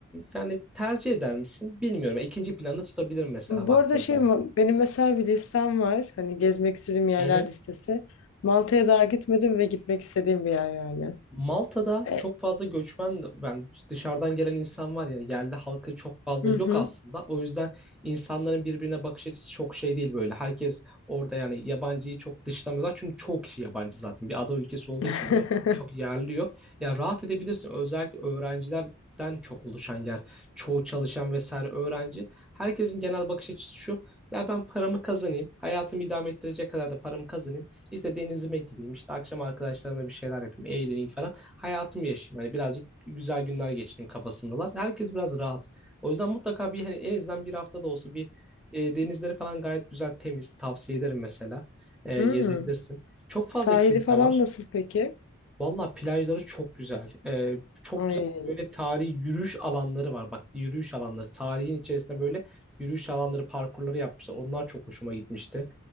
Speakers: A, in the centre; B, on the left (about 65°).
A: yani tercih eder misin bilmiyorum. İkinci planda tutabilirim mesela
B: Bu
A: baktığın
B: arada şey
A: zaman.
B: mi- benim mesela bir listem var. Hani gezmek istediğim yerler
A: Hı hı.
B: listesi. Malta'ya daha gitmedim ve gitmek istediğim bir yer yani.
A: Malta'da
B: E,
A: çok fazla göçmen, yani dışarıdan gelen insan var ya, yerli halkı çok fazla
B: hı
A: yok
B: hı.
A: aslında. O yüzden insanların birbirine bakış açısı çok şey değil böyle. Herkes orada yani yabancıyı çok dışlamıyorlar. Çünkü çoğu kişi yabancı zaten. Bir ada ülkesi olduğu
B: <laughs>
A: için böyle çok yerli yok. Ya rahat edebilirsin. Özellikle öğrencilerden çok oluşan yer. Çoğu çalışan vesaire öğrenci. Herkesin genel bakış açısı şu. Ya ben paramı kazanayım. Hayatımı idame ettirecek kadar da paramı kazanayım. İşte denizime gireyim, işte akşam arkadaşlarımla bir şeyler yapayım, eğleneyim falan. Hayatımı yaşayayım. Hani birazcık güzel günler geçireyim kafasındalar. Herkes biraz rahat. O yüzden mutlaka bir hani en azından bir hafta da olsa bir e, denizleri falan gayet güzel temiz. Tavsiye ederim mesela. E,
B: Hmm.
A: gezebilirsin. Çok fazla
B: Sahili
A: kilise
B: falan
A: var.
B: nasıl peki?
A: Valla plajları çok güzel. Ee, çok
B: Ay
A: güzel böyle tarihi yürüyüş alanları var. Bak yürüyüş alanları. Tarihin içerisinde böyle yürüyüş alanları, parkurları yapmışlar. Onlar çok hoşuma gitmişti.